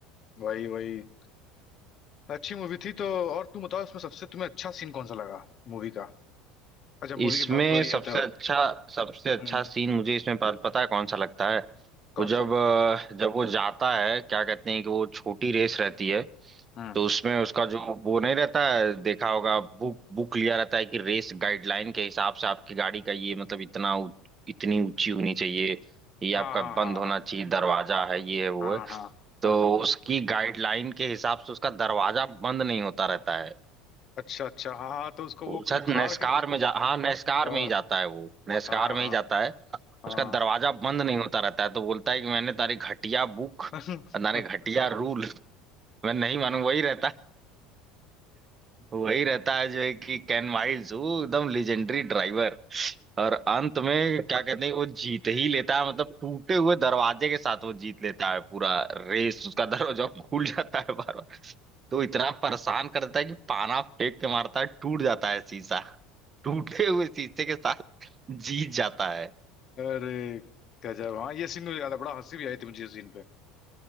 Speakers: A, on the left (about 35°); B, on the right (about 20°).
A: वही वही अच्छी मूवी थी तो और तुम बताओ इसमें सबसे तुम्हें अच्छा सीन कौन सा लगा मूवी का अच्छा
B: इसमें
A: मूवी की बात हो रही
B: सबसे
A: है तो
B: अच्छा सबसे अच्छा
A: हम्म,
B: सीन मुझे इसमें प- पता है कौन सा लगता है
A: कौन
B: वो जब
A: सा
B: अ, जब वो जाता है क्या कहते हैं कि वो छोटी रेस रहती है
A: हम्म
B: तो उसमें उसका जो वो नहीं रहता है देखा होगा बुक बुक लिया रहता है कि रेस गाइडलाइन के हिसाब से आपकी गाड़ी का ये मतलब इतना ऊ- इतनी ऊंची होनी चाहिए ये
A: हाँ
B: आपका
A: हाँ
B: बंद होना
A: हाँ
B: चाहिए दरवाजा है ये है वो
A: हाँ
B: है
A: हाँ हाँ
B: तो
A: हाँ
B: उसकी गाइडलाइन के हिसाब से उसका दरवाजा बंद नहीं होता रहता है
A: अच्छा अच्छा हाँ हाँ तो उसको
B: वो
A: वो
B: शायद
A: उखाड़
B: नेस्कार
A: के कुछ
B: में जा हाँ नेस्कार
A: हाँ
B: में ही जाता है वो नेस्कार
A: हाँ
B: में ही जाता है
A: हाँ
B: उसका दरवाजा बंद नहीं होता रहता है तो बोलता है कि मैंने तारी घटिया बुक
A: <laughs>
B: तारे घटिया रूल मैं नहीं मानू वही रहता है वही रहता है जो है कि कैन वाइल्ड वो एकदम लेजेंडरी ड्राइवर और अंत में क्या कहते हैं वो जीत ही लेता है मतलब टूटे हुए दरवाजे के साथ वो जीत लेता है पूरा रेस उसका दरवाजा खुल जाता है बार बार तो इतना परेशान करता है कि पाना फेंक के मारता है टूट जाता है शीशा टूटे हुए शीशे के साथ जीत जाता है
A: अरे गजब हाँ ये सीन मुझे याद है बड़ा हंसी भी आई थी मुझे इस सीन पे